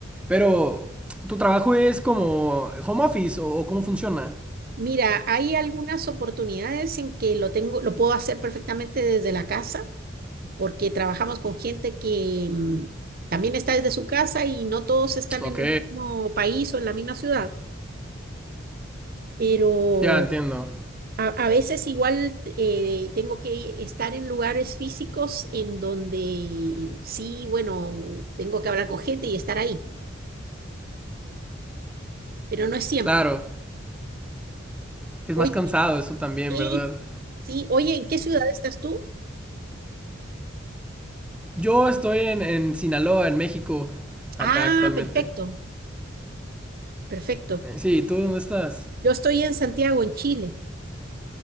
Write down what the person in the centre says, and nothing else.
Pero, ¿tu trabajo es como home office o o cómo funciona?
Ok,
ya entiendo.
Claro, es
más cansado eso también,
¿verdad?
Yo estoy en, en Sinaloa, en México, acá
actualmente.
Eh, Sí, ¿tú dónde estás?